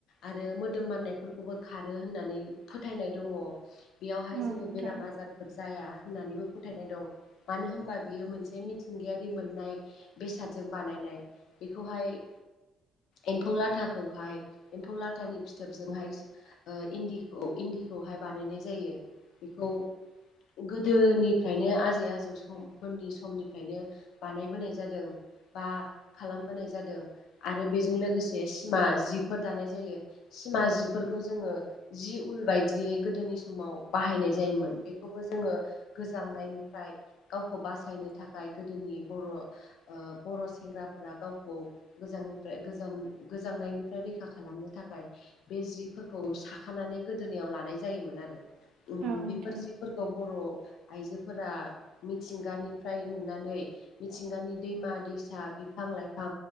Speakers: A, on the left (about 70°); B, on the right (about 70°).
A: आरो मोदोम माननायफोरखौबो खारो होननानै फोथायनाय दङ। बेयावहाय
B: औ
A: जेबो
B: नोंथां
A: बेराम आजारफोर जाया। होननानैबो फोथायनाय दं मानो होनबा बियो मोनसे मिथिंगायारि मोननाय बेसादजों बानायनाय बेखौहाय। एम्फौ-लाथाखौहाय एम्फौ-लाथानि फिथोबजोंहाय इन्दिखौ इन्दि खौहाय बानायनाय जायो बेखौ गोदोनिफ्रायनो आजै-आजौ समफोरनि समनिफ्रायनो बानायबोनाय जादों बा खालामबोनाय जादों आरो बेजों लोगोसे सिमा जि‌ फोरा दानाय जायो। सिमा जिफोरखौ जोङो जि उल बायदियै गोदोनि समाव बाहाय नाय जायोमोन। बेखौबो जोङो गोजांनायनिफ्राय गावखौ बासायनो थाखाय गोदोनि बर' ओ बर' सेंग्राफोरा गावखौ गोजांनिफ्राय गोजां-गोजांनायनिफ्राय रैखा खालामनो थाखाय बे जिफोरखौ साखानानै गोदोनायाव ला‌ नाय जायोमोन आरो ओम
B: औ नोंथां
A: बेफोर जिफोरखौ बर' आइजोफोरा मिथिंगानिफ्राय नुनानै मिथिंगानि दैमा-दैसा, बिफां-लाइफां,